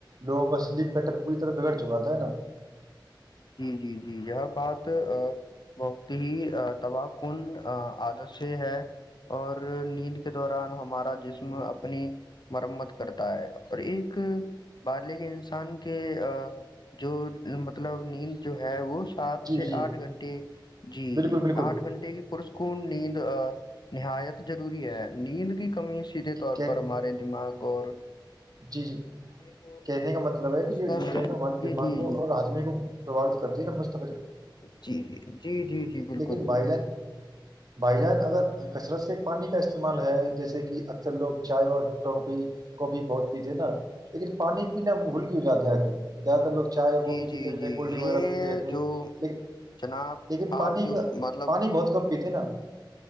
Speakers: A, on the right; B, on the left.
A: لوگوں کا سلیپ پیٹرن پوری طرح بگڑ چکا ہے نا
B: جی جی جی یہ بات بہت ہی تباہ کن عادت سے ہے اور نیند کے دوران ہمارا جسم اپنی مرمت کرتا ہے اور ایک بارلے کے انسان کے جو مطلب جو ہے وہ <unintelligible> سات
A: جی
B: سے
A: جی
B: آٹھ گھنٹے جی
A: بالکل بالکل
B: آٹھ گھنٹے کی پسکار نیند نہایت ضروری ہے نیند کی کمی سیدھے طور
A: کہ-
B: پر ہمارے دماغ اور
A: جی جی
B: کو
A: کہنے کا مطلب ہے
B: مست
A: کہ یہ نییرن ہمارے
B: جی
A: دماغ
B: جی
A: کو
B: جی
A: اور آدمی کو پربات کر دی ہے ن مجھت
B: جی جی جی جی جی بالکل
A: لیکن بھائی
B: بالکل
A: جان بھائی جان اگر کثرت سے پانی کا استعمال ہے جیسے کہ اکثر لوگ چائے اور ٹوپی کاپی بہت پیتے نا لیکن پانی پینا بھول کے ہو جاتاے آخر زیادہ تر لوگ چائے کافی
B: جی جی
A: پیتے رہتے
B: جی
A: ہیں کولڈ ڈرنک
B: یہ
A: وغیرہ پیتے رہتے
B: جو
A: ہیں لیکن
B: جناب
A: لیکن پانی
B: آپ جو
A: کا
B: مطلب
A: پانی بہت کم پیتے ہیں نا <unintelligible>